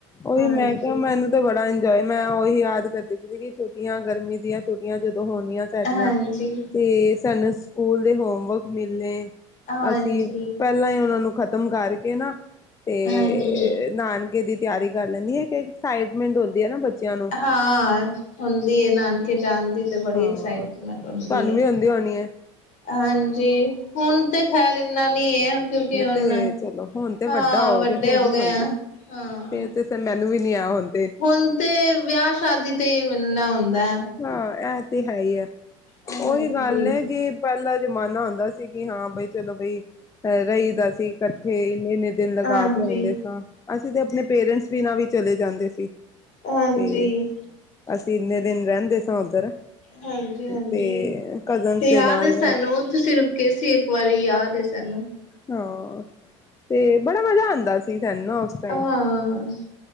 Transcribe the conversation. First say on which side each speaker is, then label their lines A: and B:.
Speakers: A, on the left; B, on the left.
A: ਓਈਓ
B: ਹਾਂਜੀ।
A: ਮੈਂ ਕੇਯਾ ਮੈਨੂੰ ਤੇ ਬੜਾ ਇੰਜੋਏ ਮੈਂ ਓਹੀ ਯਾਦ ਕਰਦੀ ਪਈ ਸੀ, ਕਿ ਛੁੱਟੀਆਂ ਗਰਮੀ ਦੀਆਂ ਛੁੱਟੀਆਂ ਜਦੋਂ ਹੋਣੀਆਂ ਸਾਡੀਆਂ,
B: ਹਾਂਜੀ,
A: ਤੇ ਸਾਨੂੰ ਸਕੂਲ ਦੇ ਹੋਮਵਰਕ ਮਿਲਨੇ-
B: ਹਾਂਜੀ,
A: ਅਸੀਂ ਪੈਲਾਂ ਈ ਓਨਾਂ ਨੂੰ ਖ਼ਤਮ ਕਰਕੇ ਨਾ ਤੇ
B: ਹਾਂਜੀ।
A: ਨਾਨਕੇ ਦੀ ਤਿਆਰੀ ਕਰ ਲੈਂਨੀ ਏਕ ਐਕਸਾਈਟਮੈਂਟ ਹੁੰਦੀ ਐ ਨਾ ਬੱਚੇਆਂ ਨੂੰ।
B: ਹਾਂ, ਹੁੰਦੀ ਐ ਨਾਨ ਕੇ ਜਾਣ ਦੀ ਤਾਂ ਬੜੀ
A: ਹਾਂ
B: ਐਕਸਾਈਟਮੈਂਟ ਹੁੰਦੀ
A: ਤੁਹਾਨੂੰ
B: ਐ।
A: ਵੀ ਹੁੰਦੀ ਹੋਣੀ ਹੈ
B: ਹਾਂਜੀ, ਹੁਨ ਤੇ ਖੈਰ ਏਨਾ ਨੀਂ ਐ। ਕਿਉਂਕਿ ਹੁਣ
A: ਤੇ ਚਲੋ ਹੁਣ ਤੇ
B: ਹਾਂ,
A: ਵੱਡਾ
B: ਵੱਡੇ
A: ਫੇਰ
B: ਹੋ
A: ਨੀ
B: ਗਏ
A: ਹੁੰਦੀ
B: ਆਂ।
A: ਤੇ ਫੇਰ ਮੈਨੂੰ ਵੀ ਨੀ ਐ, ਹੋਨ।
B: ਹੁਨ ਤੇ ਵਿਯਾ, ਸ਼ਾਦੀ ਤੇ ਈ ਮੀਲਣਾ ਹੁੰਦੈ।
A: ਹਾਂ, ਐ ਤੇ ਹੈਈ ਐ,
B: ਹਾਂਜੀ,
A: ਓਹੀ ਗੱਲ ਏ ਕਿ ਪੈਲਾਂ ਜਮਾਨਾ ਹੁੰਦਾ ਸੀ, ਕਿ ਹਾਂ ਬਈ ਚਲੋ, ਬਈ ਰਈ ਦਾ ਸੀ ਕੱਠੇ ਇੰਨੇ-ਇੰਨੇ ਦਿਨ ਲਗਾ
B: ਹਾਂਜੀ,
A: ਕੇ ਆਂਦੇ ਸਾਂ। ਅਸੀ ਤੇ ਅਪਨੇ ਪੇਰੈਂਟਸ ਬਿਨਾ ਵੀ ਚਲੇ ਜਾਂਦੇ ਸੀ,
B: ਹਾਂਜੀ।
A: ਤੇ ਅਸੀ ਇੰਨੇ ਦਿਨ ਰੈਂਦੇ ਸਾਂ ਓਧਰ।
B: ਹਾਂਜੀ-ਹਾਂਜੀ।
A: ਤੇ ਕਜਨਸ
B: ਤੇ
A: ਦੇ
B: ਯਾਦ
A: ਨਾਲ
B: ਏ ਸਾਨੂੰ ਤੁਸੀਂ ਰੁਕੇ ਸੀ, ਏਕ ਵਾਰੀ ਯਾਦ ਏ ਸਾਨੂੰ।
A: ਹਾਂ, ਤੇ ਬੜਾ ਮਜਾ ਆਂਦਾ ਸੀ ਤਸਾਨੂੰ, ਨਾ ਉਸ ਟਾਈਮ
B: ਅਹਾਂ,